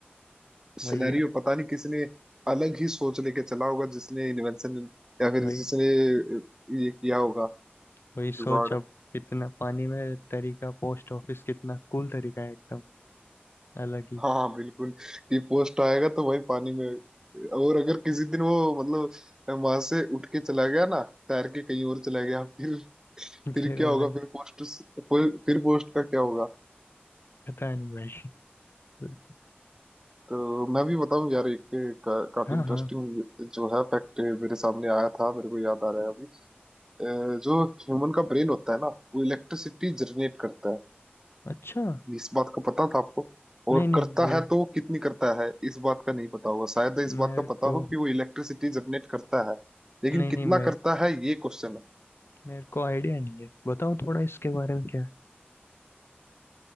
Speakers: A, on the right; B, on the left.
A: सिनेरियो
B: वही है
A: पता नहीं किसने अलग ही सोच लेके चला होगा जिसने इन्वेंशन या फिर
B: वही
A: जिसने ये किया होगा
B: वही सोच
A: जुगाड़
B: अब इतना पानी में तरीका पोस्ट ऑफिस कितना कूल तरीका है एकदम अलग ही
A: हाँ बिल्कुल कि पोस्ट आएगा तो भाई पानी में और अगर किसी दिन वो मतलब वहां से उठ के चला गया ना तैर के कहीं और चला गया फिर फिर
B: फिर
A: क्या
B: अलग
A: होगा फिर पोस्ट फिर पोस्ट का क्या होगा
B: पता नहीं भाई फिर तो
A: तो मैं भी बताऊं यार एक का, काफी
B: हाँ
A: इंटरेस्टिंग
B: हाँ
A: जो है फैक्ट मेरे सामने आया था मेरे को याद आ रहा है अभी अ, जो ह्यूमन का ब्रेन होता है ना वो इलेक्ट्रिसिटी जनरेट करता है
B: अच्छा
A: इस बात का पता था आपको
B: नहीं
A: और
B: नहीं
A: करता
B: ये
A: है तो वो कितनी करता है इस बात का नहीं पता होगा शायद इस बात
B: मेरे
A: का
B: को
A: पता हो कि वो इलेक्ट्रिसिटी जनरेट करता है लेकिन
B: नहीं नहीं
A: कितना
B: मेरे
A: करता
B: को
A: है ये क्वेश्चन है
B: मेरे को आइडिया नहीं है बताओ थोड़ा इसके बारे में क्या है